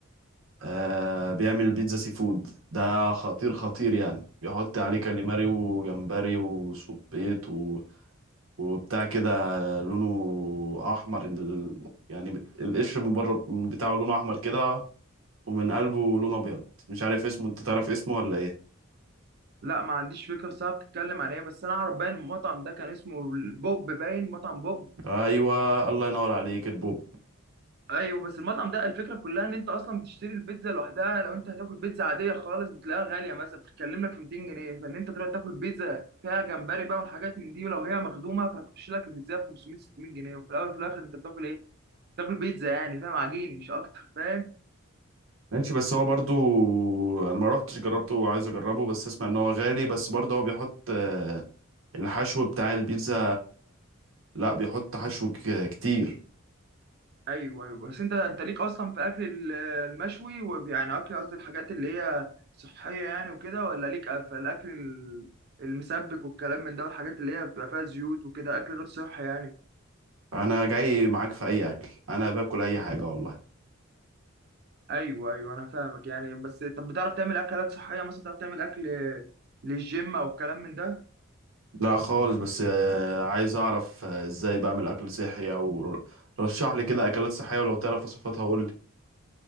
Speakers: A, on the right; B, on the right.
A: آه، بيعمل بيتزا سي فود ده خطير خطير يعني بيحط عليه كاليماري وجمبري وسبيط و... وبتاع كده لونه أحمر ال... يعني القشر من بره بتاعه لونه أحمر كده ومن قلبه لونه أبيض مش عارف اسمه أنت تعرف اسمه ولا إيه؟
B: لا ما عنديش فكره الساعه بتتكلم عن ايه بس انا اعرف باين المطعم ده كان اسمه بوب باين مطعم بوب
A: أيوه الله ينور عليك البوب
B: ايوه بس المطعم ده الفكره كلها ان انت اصلا بتشتري البيتزا لوحدها لو انت هتاكل بيتزا عاديه خالص بتلاقيها غاليه مثلا بتتكلم لك في 200 جنيه فان انت تروح تاكل بيتزا فيها جمبري بقى والحاجات من دي ولو هي مخدومه فهتخش لك البيتزا ب 500 600 جنيه وفي الاول وفي الاخر انت بتاكل ايه؟ بتاكل بيتزا يعني فاهم عجين مش اكتر فاهم
A: ماشي بس هو برضو انا ما روحتش جربته وعايز اجربه بس اسمع ان هو غالي بس برضه هو بيحط آه، الحشو بتاع البيتزا لا بيحط حشو ك- كتير
B: ايوه ايوه بس انت انت ليك اصلا في اكل ال- المشوي ويعني اكل قصدي الحاجات اللي هي صحيه يعني وكده ولا ليك في الاكل ال- المسبك والكلام من ده والحاجات اللي هي بتبقى فيها زيوت وكده اكل غير صحي يعني
A: انا جاي معاك في اي اكل انا باكل اي حاجة والله
B: ايوه ايوه انا فاهمك يعني بس طب بتعرف تعمل اكلات صحيه مثلا بتعرف تعمل اكل للجيم او الكلام من ده
A: لا خالص بس آه، عايز اعرف آه، ازاي بعمل اكل صحي او رشح لي كده اكلات صحية ولو تعرف وصفاتها قول لي